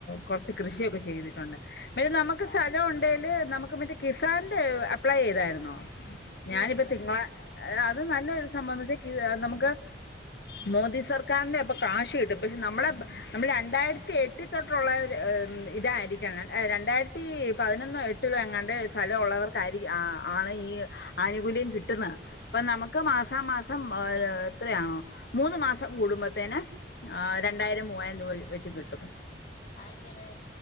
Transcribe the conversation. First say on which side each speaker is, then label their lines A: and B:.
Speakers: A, on the left (about 60°); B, on the left (about 45°).
A: കുറച്ച് കൃഷിയൊക്കെ ചെയ്തിട്ടുണ്ട്. മറ്റേ
B: കപ്പ
A: നമുക്ക് സ്ഥലം ഉണ്ടേൽ നമുക്ക് മറ്റേ കിസാന്റെ അപ്ലൈ ചെയ്തായിരുന്നോ? ഞാനിപ്പോ
B: ഇല്ല ഇല്ല
A: തിങ്കളാ അത് നല്ല ഒരു സംഭവംന്ന് വച്ചാൽ നമുക്ക് മോദി സർക്കാരിന്റെ പൊ കാശ് കിട്ടും പക്ഷെ നമ്മുടെ നമ്മൾ രണ്ടായിരത്തി
B: ആഹ്
A: എട്ട് തൊ ട്ടുള്ള ഇതായിരിക്കണം രണ്ടായിരത്തി പതിനൊന്നോ എട്ടിലോ എങ്ങാണ്ട് സ്ഥലമുള്ളവർക്കായിരി ആണ് ഈ ആനുകൂല്യം കിട്ടുന്നത്. അപ്പൊ നമുക്ക് മാസാ മാസം ഏ എത്രയാണോ മൂന്ന് മാസം കൂടുമ്പത്തേന് ആർ രണ്ടായിരം മൂവായിരം രൂപ വെച്ച് കിട്ടും
B: അതെങ്ങനെ